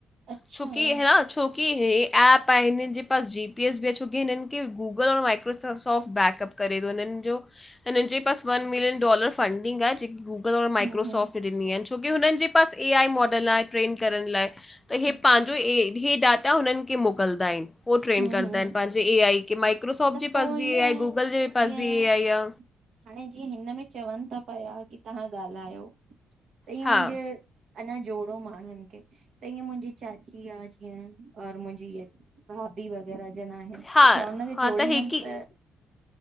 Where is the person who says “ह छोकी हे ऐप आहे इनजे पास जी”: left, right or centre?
Left